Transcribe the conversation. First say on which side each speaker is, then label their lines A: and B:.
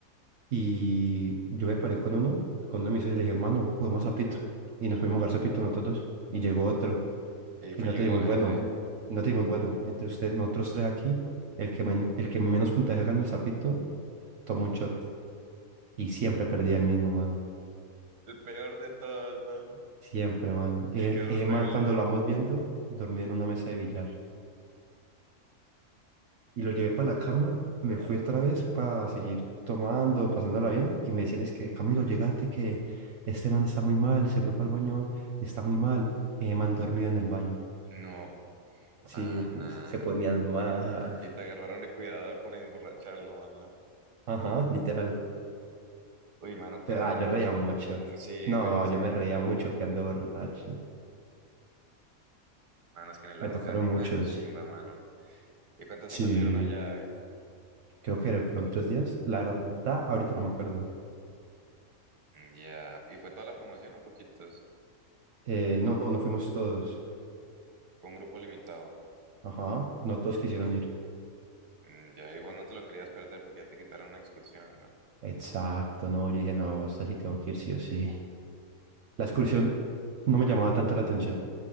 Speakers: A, on the right; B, on the right.
A: Y yo me paré con uno, con uno de mis socios y le dije, mano, juguemos sapito. Y nos pudimos jugar sapito nosotros dos. Y llegó otro.
B: Y ahí
A: y
B: fue
A: no
B: llegando
A: tenemos
B: la
A: bueno,
B: gente.
A: no tenemos bueno, entre usted, nosotros tres aquí, el que, men- el que menos puntaje gana el sapito, toma un shot. Y siempre perdía el mismo, mano.
B: El peor de todos, mano.
A: Siempre, mano. Y
B: Y,
A: e-
B: y quedó
A: ese
B: horrible.
A: man, cuando lo vamos viendo, dormía en una mesa de billar. Y lo llevé para la cama, me
B: Ajá.
A: fui otra vez para seguir tomando, pasándola bien. Y me decían, es que Camilo, llegate que este man está muy mal, se fue para el baño y está muy mal. Ese man dormido en el baño.
B: No,
A: Sí,
B: pana.
A: pues, se ponían mal.
B: Y te agarraron de cuidador por emborracharlo, mano.
A: Ajá, literal.
B: Uy, mano, cuidar
A: Pero, ah,
B: borracho.
A: yo reía mucho.
B: Sí,
A: No,
B: bueno, sí,
A: yo me
B: también.
A: reía mucho quedando borracho.
B: Mano, es que en el lago
A: Me tocaron
B: Calima,
A: muchos.
B: chimba, mano. ¿Y cuánto
A: Sí,
B: tiempo estuvieron allá, ve?
A: creo que fueron tres días. La verdad, ahorita no me acuerdo.
B: Mm, Ya. ¿Y fue toda la promoción o poquitos?
A: Eh, no, no fuimos todos.
B: Fue un grupo limitado.
A: Ajá, no todos quisieron ir.
B: Mm, Ya, y vos no te lo querías perder porque ya te quitaron una excursión, ¿no?
A: Exacto, no, yo dije, no, esta sí tengo que ir, sí o sí. La excursión no me llamaba tanto la atención.